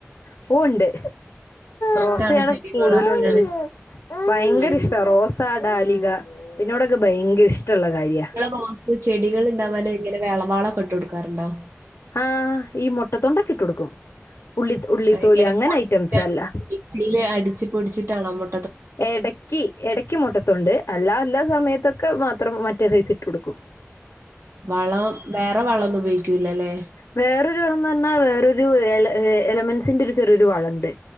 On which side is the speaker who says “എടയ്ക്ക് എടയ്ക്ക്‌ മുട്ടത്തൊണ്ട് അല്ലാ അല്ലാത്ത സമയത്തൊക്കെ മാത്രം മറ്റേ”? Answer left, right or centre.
Left